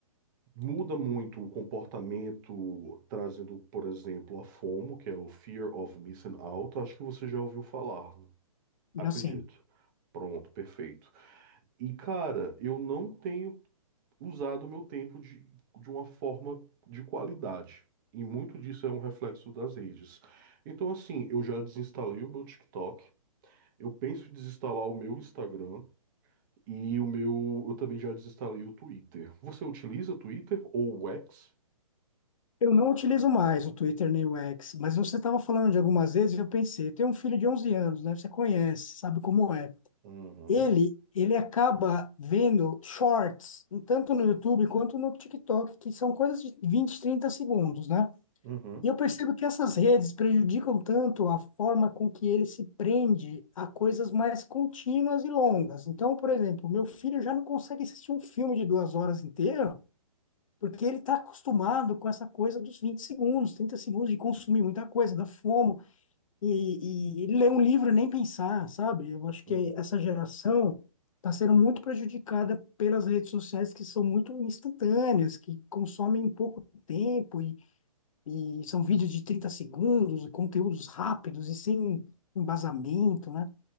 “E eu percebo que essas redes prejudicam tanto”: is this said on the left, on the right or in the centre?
Left